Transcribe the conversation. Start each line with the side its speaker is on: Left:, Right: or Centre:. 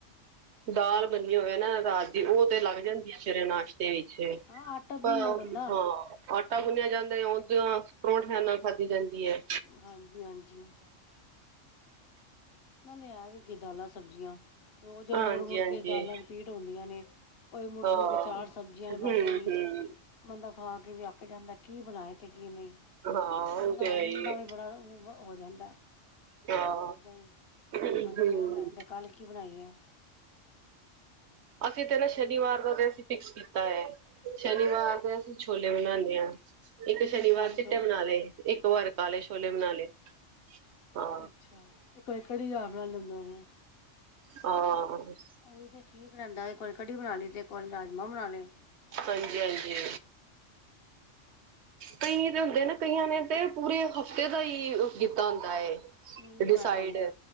Right: ਦਾਲ ਬੰਨੀ ਹੋਵੇ ਨਾ ਰਾਤ ਦੀ ਉਹ ਤੇ ਲੱਗ ਜਾਂਦੀ ਸਵੇਰੇ ਨਾਸ਼ਤੇ ਵਿੱਚ। <unintelligible>
Left: ਹਾਂ ਆਟਾ
Right: <unintelligible>
Left: ਗੁੰਨ
Right: ਗੁੰਨਿਆ
Left: ਲਏ ਬੰਦਾ
Right: ਜਾਂਦਾ ਪਰੌਂਠੇ ਆ ਨਾਲ ਖਾਧੀ ਜਾਂਦੀ ਏ।
Left: ਹਾਂਜੀ ਹਾਂਜੀ। ਨਾਲ ਲਿਆ ਵੀ ਕਿ ਦਾਲਾਂ ਸਬਜ਼ੀਆਂ, ਰੋਜ਼
Right: ਹਾਂਜੀ
Left: ਮੁੜ-ਮੁੜ
Right: ਹਾਂਜੀ
Left: ਕੇ ਦਾਲਾਂ ਰਿਪੀਟ ਹੁੰਦੀਆਂ ਨੇ। ਭਾਈ ਮੁੜ-ਮੁੜ
Right: ਹਾਂ
Left: ਕੇ ਚਾਰ ਸਬਜ਼ੀਆਂ ਨੇ,
Right: ਹਮ
Left: ਬਸ ਉਹੀ।
Right: ਹਮ
Left: ਬੰਦਾ ਖਾ ਕੇ ਵੀ ਅੱਕ ਜਾਂਦੈ, ਕੀ ਬਨਾਏ ਤੇ ਕੀ ਨਹੀਂ?
Right: ਹਾਂ ਉਹ
Left: ਬਣਾਉਣ
Right: ਤੇ ਹੈ ਹੀ
Left: ਦਾ ਵੀ ਬੜਾ ਹੋ ਜਾਂਦੈ,
Right: ਹਾਂ
Left: ਰੋਜ਼ ਦਾ ਈ
Right: ਹਮ
Left: ਅੱਜ ਐ ਬਨਾਇਆ, ਅਤੇ ਕੱਲ ਕੀ ਬਨਾਈ- ਆ- <inaudible>
Right: ਅਸੀਂ ਤੇ ਨਾ ਸ਼ਨੀਵਾਰ ਦਾ ਤੇ, ਅਸੀਂ ਫਿਕਸ ਕੀਤਾ ਐ, ਸ਼ਨੀਵਾਰ ਦੇ ਅਸੀਂ ਛੋਲੇ ਬਨਾਉਦੇ- ਇੱਕ
Left: ਅੱਛਾ
Right: ਸ਼ਨੀਵਾਰ
Left: ਕਾਲੇ
Right: ਚਿੱਟੇ
Left: ਛੋਲੇ
Right: ਬਣਾ ਲਏ, ਇੱਕ ਵਾਰ ਕਾਲੇ ਸ਼ੋਲੇ ਬਨਾ ਲਏ। ਹਾਂ
Left: ਅੱਛਾ ਤੇ ਕੋਈ ਘੜੀ ਆਮ ਨਾਲ ਲੈਂਦਾਵੇ <inaudible>
Right: ਹਾਂ
Left: ਉਹੀ ਤੇ ਠੀਕ ਰਹਿੰਦਾ ਏ, ਇਕ ਵਾਰੀ ਕੜੀ ਬਣਾ ਲਈ ਤੇ, ਇੱਕ ਵਾਰੀ ਰਾਜਮਾਂ ਬਣਾ ਲਏ।
Right: ਹਾਂਜੀ ਹਾਂਜੀ। ਕਈ ਤੇ ਹੁੰਦੇ ਨਾ, ਕਈਆਂ ਨੇ ਤੇ ਪੂਰੇ ਹਫ਼ਤੇ ਦਾ ਹੀ ਕਿਤਾ ਹੁੰਦਾ ਏ।
Left: ਮੈਨੂੰ
Right: ਡਿਸਾਈਡ,
Left: ਬਣਾਇਆ ਆਉਂਦਾ